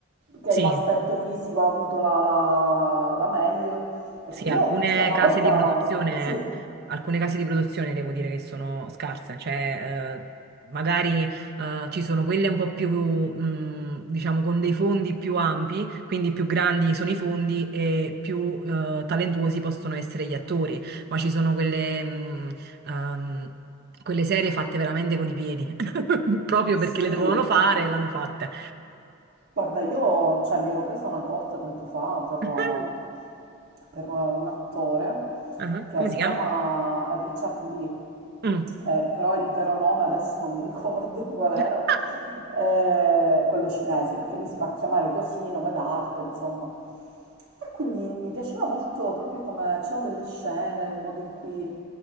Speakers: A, on the right (about 80°); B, on the right (about 50°).
A: che
B: sì,
A: l'aspetto fisico ha avuto la, la, la meglio, perché
B: Sì,
A: io,
B: alcune
A: cioè una
B: case
A: volta,
B: di produzione,
A: sì,
B: alcune case di produzione devo dire che sono scarse, cioè eh, magari eh, ci sono quelle un po' più, mh, diciamo, con dei fondi più ampi, quindi più grandi sono i fondi e più eh, talentuosi possono essere gli attori, ma ci sono quelle, mh, ehm, quelle serie fatte veramente con i piedi, <laughs> proprio
A: sì,
B: perché le dovevano fare e l'hanno fatte.
A: Guarda, io cioè, mi ero presa una cotta tempo fa per,
B: <laughs>
A: uh, per uh, un attore
B: Ah,
A: che
B: Come
A: si
B: si chiama?
A: chiama Richard Lee,
B: Mm.
A: eh, però il vero nome adesso non mi ricordo <laughs> qual era,
B: <laughs>
A: eh, quello cinese, perché lui si fa chiamare così, nome d'arte, insomma. E quindi mi piaceva molto proprio come c'erano delle scene, il modo in cui